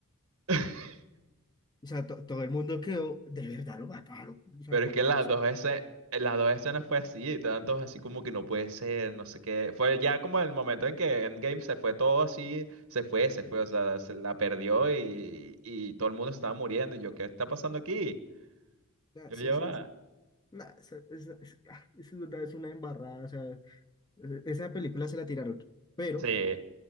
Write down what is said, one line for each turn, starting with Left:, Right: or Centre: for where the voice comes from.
Right: <laughs>
Left: O sea, to- todo el mundo quedó, de verdad lo mataron. O sea,
Right: Pero
Left: como,
Right: es que
Left: como
Right: las
Left: se...
Right: dos escenas, las dos escenas fue así, y tantos así como que no puede ser, no sé qué. Fue ya como el momento en que Endgame se fue todo así, se fue, se
Left: sí.
Right: fue, o sea, se la perdió y, y todo el mundo estaba muriendo. Y yo, ¿qué está pasando aquí?
Left: Nah,
Right: Yo
Left: eso-
Right: ya
Left: eso-
Right: va.
Left: eso- nah, eso- eso- es- ah, eso es verdad, es una embarrada. O sea, e- esa película se la tiraron, pero
Right: Sí,